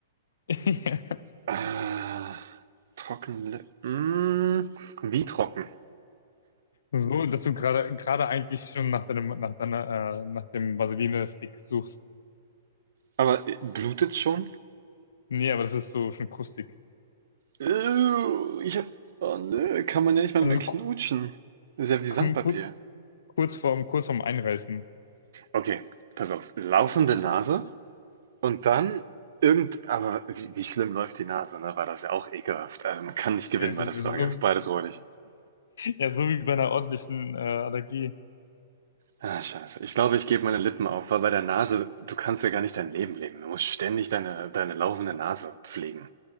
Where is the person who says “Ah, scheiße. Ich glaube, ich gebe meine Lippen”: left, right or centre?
Right